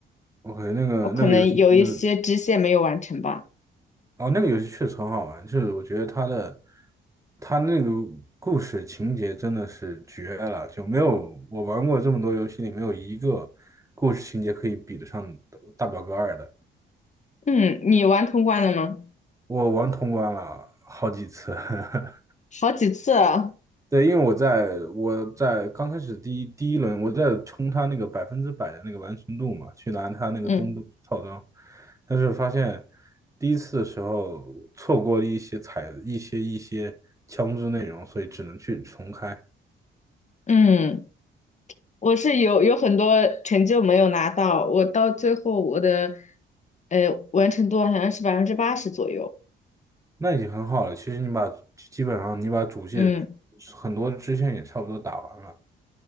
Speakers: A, on the right; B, on the left.
A: OK，那个那个游戏是，
B: 我可能有一些支线没有完成吧。
A: 哦，那个游戏确实很好玩，就是我觉得他的他那个故事情节真的是绝了，就没有我玩过这么多游戏里没有一个故事情节可以比得上《大表哥二》的。
B: 嗯，你玩通关了吗？
A: 我玩通关了好几次，<laughs>
B: 好几次啊，
A: 对，因为我在我在刚开始第一第一轮，我在冲他那个百分之百的那个完成度嘛，去拿他那个东部套装，
B: 嗯
A: 但是发现第一次的时候错过了一些彩一些一些枪支内容，所以只能去重开。
B: 嗯，我是有有很多成就没有拿到，我到最后我的呃完成度好像是百分之八十左右，
A: 那已经很好了。其实你把基本上你把主线
B: 嗯。
A: 很多支线也差不多打完了，